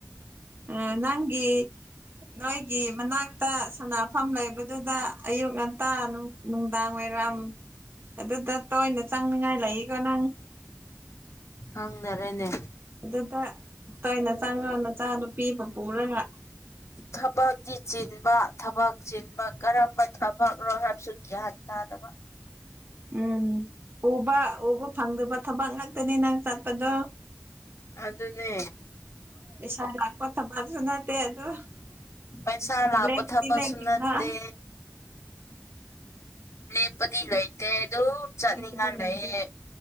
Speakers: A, on the right; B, on the left.
A: ꯑ ꯅꯪꯒꯤ ꯅꯣꯏꯒꯤ ꯃꯅꯥꯛꯇ ꯁꯥꯟꯅꯐꯝ ꯂꯩꯕꯗꯨꯗ ꯑꯌꯨꯛ ꯉꯟꯇꯥ ꯅꯨꯡꯗꯥꯡ ꯋꯥꯏꯔꯝ ꯑꯗꯨꯗ ꯇꯣꯏꯅ ꯆꯪꯅꯤꯡꯉꯥꯏ ꯂꯩꯏꯀꯣ ꯅꯪ
B: ꯈꯪꯗꯔꯦꯅꯦ
A: ꯑꯗꯨꯗ ꯇꯣꯏꯅ ꯆꯪꯉꯣ ꯅꯆꯥ ꯅꯨꯄꯤ ꯑꯃ ꯄꯨꯔꯒ
B: ꯊꯕꯛꯀꯤ ꯆꯤꯟꯕ ꯊꯕꯛ ꯆꯤꯟꯕ ꯀꯔꯝꯕ ꯊꯕꯛꯅꯣ ꯍꯥꯏꯕꯁꯨ ꯒ꯭ꯌꯥꯟ ꯇꯥꯗꯕ
A: ꯎꯝ ꯎꯕ ꯎꯕ ꯐꯪꯗꯕ ꯊꯕꯛ ꯉꯥꯛꯇꯅꯤ ꯅꯪ ꯆꯠꯄꯗꯣ
B: ꯑꯗꯨꯅꯦ
A: ꯄꯩꯁꯥ ꯂꯥꯛꯄ ꯊꯕꯛꯁꯨ ꯅꯠꯇꯦ ꯑꯗꯨ
B: ꯄꯩꯁꯥ ꯂꯥꯛꯄ
A: ꯂꯦꯞꯇꯤ
B: ꯊꯕꯛꯁꯨ
A: ꯂꯦꯞꯅꯤꯡꯕ
B: ꯅꯠꯇꯦ ꯂꯦꯟꯄꯗꯤ ꯂꯩꯇꯦ ꯑꯗꯨꯝ ꯆꯠꯅꯤꯡꯉꯥꯢ
A: ꯂꯦꯞꯄꯗꯤ ꯂꯩꯇꯦ
B: ꯂꯩꯌꯦ